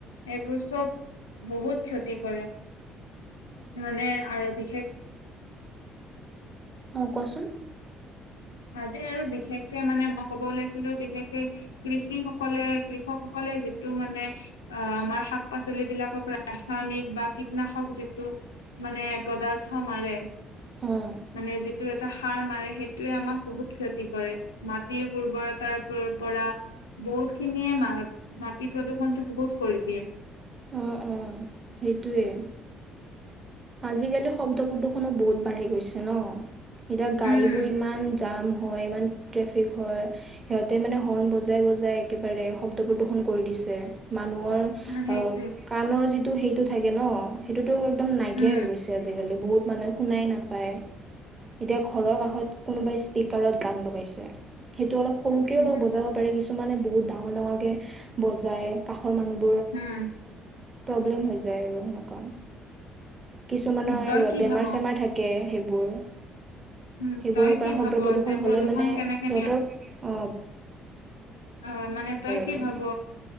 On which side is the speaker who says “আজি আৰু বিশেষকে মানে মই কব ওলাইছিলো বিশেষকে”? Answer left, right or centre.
Left